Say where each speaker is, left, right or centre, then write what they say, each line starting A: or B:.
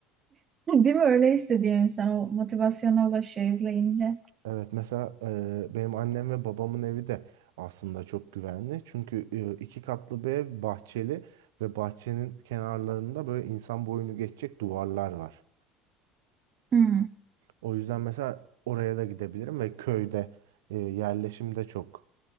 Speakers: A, on the right; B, on the right.
A: Değil mi? Öyle hissediyor insan. O motivasyona ulaşıyor izleyince.
B: Evet mesela e, benim annem ve babamın evi de aslında çok güvenli. Çünkü e, iki katlı bir ev bahçeli ve bahçenin kenarlarında böyle insan boyunu geçecek duvarlar var.
A: Hı.
B: O yüzden mesela oraya da gidebilirim ve köyde e, yerleşim de çok